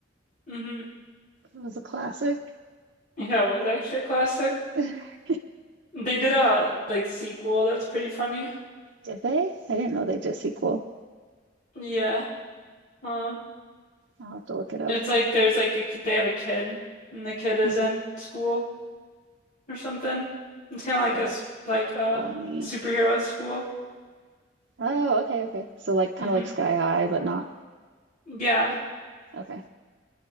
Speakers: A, on the left; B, on the right.
A: hmm
B: It was a classic.
A: Yeah, it was actually a classic.
B: <laughs>
A: They did a like sequel that's pretty funny.
B: Did they? I didn't know they did a sequel.
A: Yeah. Uh,
B: I'll have to look it up.
A: it's like there's like a kid, they have a kid and the kid is
B: Mhm.
A: in school or something. It's kind of like
B: Oh,
A: a
B: that's
A: s- like a
B: funny.
A: superhero school.
B: Oh, okay, okay. So like kind
A: hmm
B: of like Sky High, but not.
A: Yeah,
B: Okay,